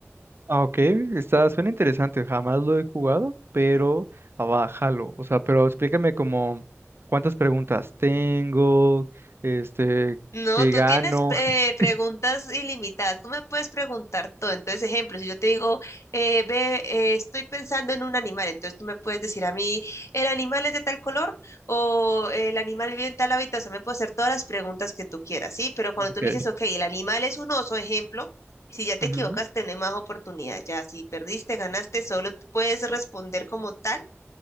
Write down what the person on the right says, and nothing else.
Ah, ok, está, suena interesante, jamás lo he jugado, pero abájalo. O sea, pero explícame como cuántas preguntas tengo, este,
qué
gano.
<laughs> Sí, sí.
Ok,
ujú,